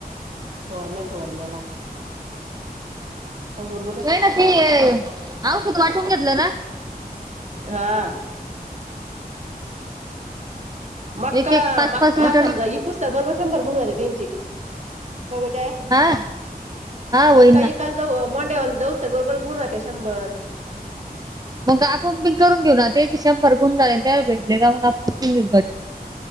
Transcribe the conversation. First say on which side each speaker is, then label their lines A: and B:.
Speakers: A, on the right; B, on the right.
A: फवारण्या फुवारण्याला तवर
B: नाही ना ते औषध वाटून घेतलं ना.
A: हां. मक्का
B: एक एक पाच
A: मक्का
B: पाच लिटर
A: समजा इकूसतर बरोबर शंभर गुणवते त्यांची कवा जाया
B: हा हा होईन
A: मक्का
B: ना
A: इकाला जव मोंड्या वाला जाऊसतर बरोबर गुण होत्यात शंभर
B: मग आपण बी करून घेऊ ना तेचे शंभर गुण झाले त्याला भेटले का मग आपण करून घेऊ <unintelligible>